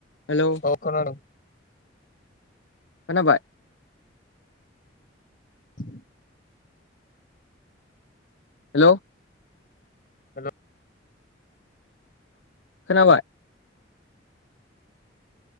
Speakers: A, on the left (about 75°); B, on the left (about 50°).
A: हेलौ
B: औ खोनादों
A: खोनाबाय
B: <inaudible>
A: हेल'।
B: हेल'।
A: खोनाबाय